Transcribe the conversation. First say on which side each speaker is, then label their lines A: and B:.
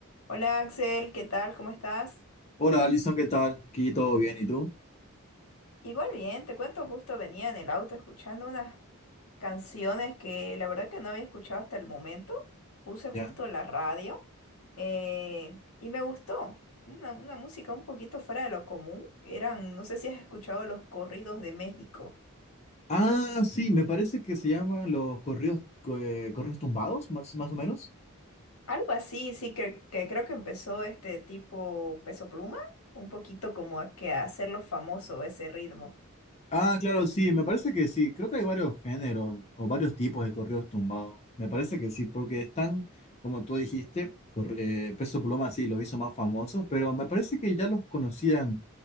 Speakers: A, on the left; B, on the left.
A: Hola Axel, ¿qué tal? ¿Cómo estás?
B: Hola Alison, ¿qué tal? Aquí todo bien, ¿y tú?
A: Igual bien, te cuento, justo venía en el auto escuchando unas canciones que la verdad que no había escuchado hasta el momento. Puse justo
B: ¿Ya?
A: la radio eh, y me gustó. Una, una música un poquito fuera de lo común. Eran, no sé si has escuchado los corridos de México.
B: Ah, sí, me parece que se llaman los correos, co- eh, correos tumbados, más, más o menos.
A: Algo así, sí, que, que creo que empezó este tipo Peso Pluma, un poquito como a, que a hacerlo famoso ese ritmo.
B: Ah, claro, sí, me parece que sí. Creo que hay varios géneros o varios tipos de correos tumbados. Me parece que sí, porque están, como tú dijiste, corre- eh, Peso Pluma sí los hizo más famosos, pero me parece que ya los conocían,